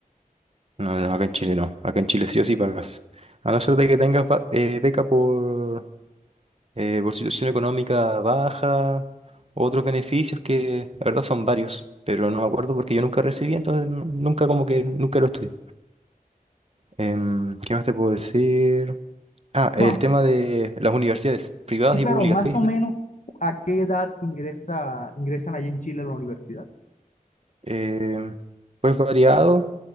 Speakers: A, on the right (about 45°); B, on the left (about 60°).
A: no, no, acá en Chile no, acá en Chile sí o sí pagas. A no ser de que tengas ba- eh, beca por eh, por situación económica baja, otros beneficios que la verdad son varios, pero no me acuerdo porque yo nunca recibí, entonces nu- nunca como que nunca lo estudié. Em, ¿qué más te puedo decir? Ah, el
B: Ma-
A: tema de las universidades privadas
B: sí,
A: y
B: claro,
A: públicas,
B: más
A: ¿qué
B: o
A: dif-
B: menos a qué edad ingresa, ingresan allí en Chile a la universidad.
A: em, pues variado.